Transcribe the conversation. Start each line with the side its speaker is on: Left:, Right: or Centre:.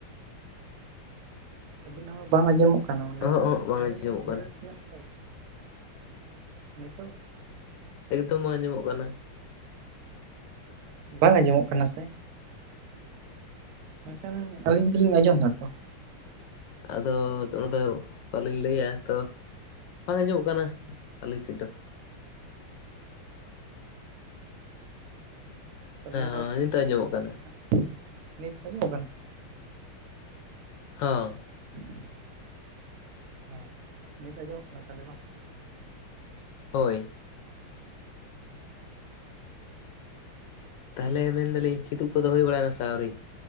Right: ᱟᱹᱵᱤᱱᱟᱜ ᱦᱚᱸ ᱵᱟᱝ ᱟᱸᱡᱚᱢᱚᱜ ᱠᱟᱱᱟ ᱮᱸ ᱢᱟᱱᱮ
Left: ᱚᱦᱚᱜ ᱚᱦᱚᱜ ᱵᱟᱝ
Right: ᱟᱹᱰᱤ
Left: ᱟᱸᱡᱚᱢᱚᱜ ᱠᱟᱱᱟ
Right: ᱞᱮᱴ ᱧᱚᱜ ᱛᱮ ᱱᱤᱛᱚᱜ?
Left: ᱮᱠᱫᱚᱢ ᱵᱟᱝ ᱟᱸᱡᱚᱢᱚᱜ ᱠᱟᱱᱟ ᱾
Right: ᱵᱟᱝ ᱟᱸᱡᱚᱢᱚᱜ ᱠᱟᱱᱟ ᱥᱮ, ᱢᱮᱱᱠᱷᱟᱱ ᱟᱹᱞᱤᱧ ᱫᱩ ᱞᱤᱧ ᱟᱸᱡᱚᱢᱮᱜ ᱟᱛᱚ ᱾
Left: ᱟᱫᱚ ᱛᱚᱱᱚ <unintelligible> ᱵᱟᱹᱞᱤᱧ ᱞᱟᱹᱭᱟ ᱛᱚ ᱵᱟᱝ ᱟᱸᱡᱚᱢᱚᱜ ᱠᱟᱱᱟ ᱟᱹᱞᱤᱧ ᱥᱮᱫ ᱫᱚ ᱾
Right: ᱟᱪᱪᱷᱟ ᱱᱤᱭᱟᱹ
Left: ᱦᱮᱸ
Right: ᱫᱚ <unintelligible>
Left: ᱱᱤᱛᱚᱜ ᱟᱸᱡᱚᱢᱚᱜ ᱠᱟᱱᱟ
Right: ᱾ ᱱᱤᱛ ᱟᱹᱡᱚᱢᱚᱜ ᱠᱟᱱᱟ <unintelligible>
Left: ᱦᱚᱸ ᱾
Right: <inaudible> ᱦᱮᱸ ᱱᱤᱛ ᱟᱸᱡᱚᱢᱚᱜ ᱠᱟᱱᱟ ᱛᱟᱞᱦᱮ ᱵᱟᱝ ᱾
Left: ᱦᱚᱭ ᱾ ᱛᱟᱦᱞᱮ ᱢᱮᱱ ᱫᱟ ᱞᱤᱧ ᱠᱤᱫᱩᱵ ᱠᱚᱫᱚ ᱦᱩᱭ ᱵᱟᱲᱟᱭᱱᱟ ᱥᱮ ᱟᱹᱣᱨᱤ?